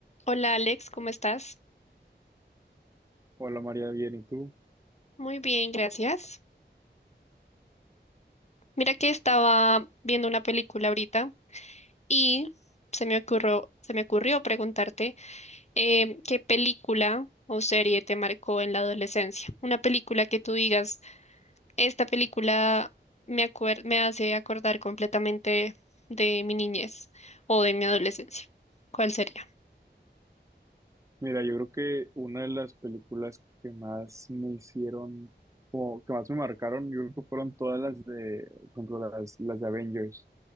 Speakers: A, on the left (about 35°); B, on the right (about 15°).
A: Hola Alex, ¿cómo estás?
B: Hola María, bien, ¿y tú?
A: Muy bien, gracias. Mira que estaba viendo una película ahorita y se me ocurrió, se me ocurrió preguntarte eh, qué película o serie te marcó en la adolescencia. Una película que tú digas, esta película me acuer- me hace acordar completamente de mi niñez o de mi adolescencia. ¿Cuál sería?
B: Mira, yo creo que una de las películas que más me hicieron, o que más me marcaron, yo creo que fueron todas las de, por ejemplo, las, las de Avengers,